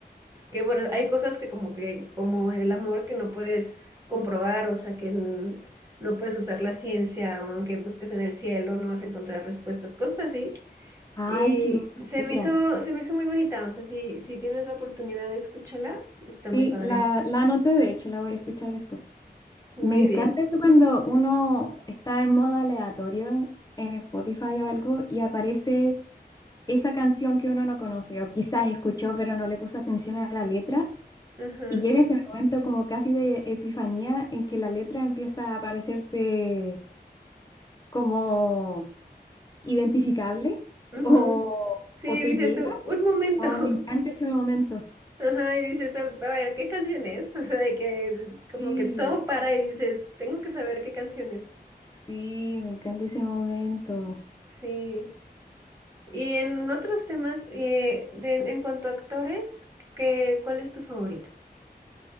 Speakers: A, on the right; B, on the left.
A: que bueno, hay cosas que como que, como el amor que no puedes comprobar, o sea, que n- no puedes usar la ciencia, aunque busques en el cielo, no vas a encontrar respuestas, cosas así.
B: Ay,
A: Y
B: qué buena
A: se
B: letra.
A: me hizo, se me hizo muy bonita, o sea, si, si tienes la oportunidad de escucharla, está muy
B: Sí,
A: padre.
B: la, la anoté, de hecho, la voy a escuchar después.
A: Muy
B: Me encanta
A: bien.
B: eso cuando uno está en modo aleatorio en Spotify o algo y aparece esa canción que uno no conoce o quizás escuchó pero no le puso atención a la letra
A: Ajá.
B: y llega ese momento como casi de epifanía en que la letra empieza a parecerte como identificable
A: ujú.
B: o,
A: Sí,
B: o te
A: dices,
B: llega.
A: "U- un momento.
B: Oh,
A: <laughs>
B: me encanta ese momento.
A: Ajá, y dices, a a ver, ¿qué canción es? <laughs> O sea, de que como
B: Sí.
A: que todo para y dices, tengo que saber qué canción es.
B: Sí, me encanta ese momento.
A: Sí. Y en otros temas, eh, de- en cuanto a actores, ¿qué, cuál es tu favorito?